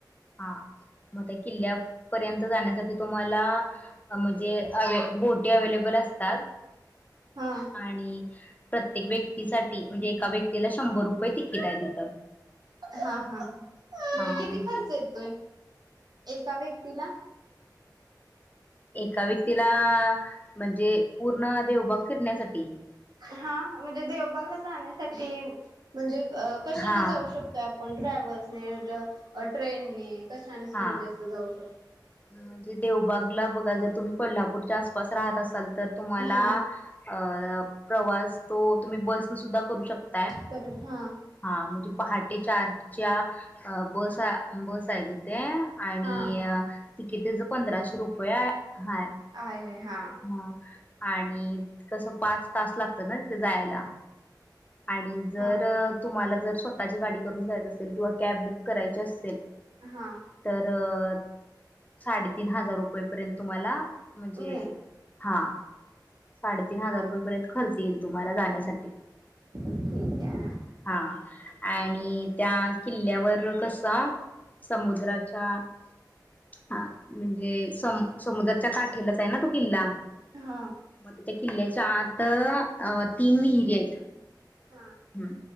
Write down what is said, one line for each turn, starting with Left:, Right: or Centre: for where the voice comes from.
Left: हा मग त्या किल्ल्या पर्यंत जाण्यासाठी तुम्हाला म्हणजे अ बोटी अवेलेबल असतात
Right: हा
Left: आणि प्रत्येक व्यक्तीसाठी म्हणजे एका व्यक्तीला शंभर रुपये तिकीट आहे तिथं
Right: हा हा ह म्हणजे
Left: हा
Right: किती खर्च येतोय एका व्यक्तीला
Left: एका व्यक्तीला म्हणजे पूर्ण देवभग फिरण्यासाठी
Right: हा म्हणजे देवबागला जाण्यासाठी म्हणजे कशाान
Left: हा
Right: जाऊ शकतोय आपण टॅव्हल्स ट्रेनने कशाने
Left: हा
Right: म्हणजे अस जाऊ शकतो
Left: म्हणजे देवबागला बघा जर तुम्ही कोल्हापूरच्या आसपास राहत असाल तर तुम्हाला
Right: हा
Left: अ प्रवास तो तुम्ही बस न सुद्धा करू शकता
Right: पर हा
Left: हा मुजे पहाटे चारच्या बस बस आहे तिथे आणि
Right: हा
Left: तधराशे रुपये हाय
Right: आहे हा
Left: ह आणि कसं पाच तास लागतत्यात ना तिथं जायला आणि जर
Right: हा
Left: अ तुम्हाला जर स्वतःची गाडी करून जायचं असेल किंवा कॅब बुक करायची असेल
Right: हा
Left: तर अ साडे तीन हजार रुपय पर्यंत तुम्हाला म्हणजे
Right: मी
Left: हा साडेतीन हजार रुपये पर्यंत खर्च यील तुम्हाला जाण्यासाठी
Right: ठीक आहे
Left: हा आणि त्या किल्ल्यावर कसा समुद्राच्या हा म्हणजे सम समुद्रच्या काठेलाच आहे ना तो किल्ला म
Right: हा
Left: तिथे किल्ल्याच्या आत अ अ तीन विहिरी आहेत
Right: हा हा
Left: हम्म